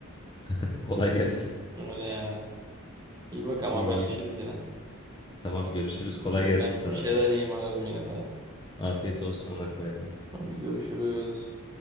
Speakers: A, on the left (about 20°); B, on the right (about 20°).
A: <laughs> Kolay gelsin.
B: Öyle yani. İyi bakalım
A: İyi.
B: haberleşiriz yine.
A: Tamam görüşürüz.
B: Konuşuruz.
A: Kolay gelsin
B: Ben
A: sana.
B: bir şeyler yiyeyim ararım yine sana.
A: Afiyet olsun. Hadi bay bay.
B: Hadi görüşürüz.